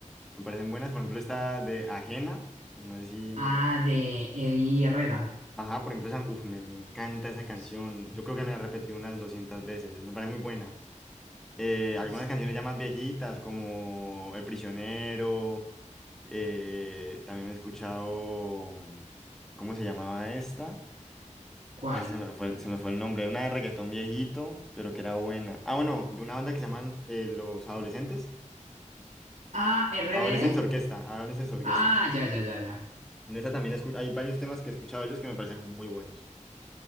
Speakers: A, in the centre; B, on the right.
A: Me parecen buenas, por ejemplo, esta de Ajena. No sé si.
B: Ah, de Eddie Herrera.
A: Ajá, por ejemplo, esa... Uf, me, me encanta esa canción.
B: Sí.
A: Yo creo que me la he repetido unas 200 veces. Me parece muy buena. Eh, algunas
B: Sí,
A: canciones ya más viejitas, como El Prisionero. eh, también me he escuchado. ¿Cómo se llamaba esta?
B: ¿Cuál?
A: Ah, Se me fue, se me fue el nombre, una de reggaetón viejito, pero que era buena. Ah, bueno, de una banda que se llaman eh, Los Adolescentes.
B: Ah, RBD.
A: Adolescentes Orquesta, Adolescentes Orquesta.
B: Ah, ya, ya, ya, ya.
A: De esa también escu- hay varios temas que he escuchado de ellos que me parecen muy buenos.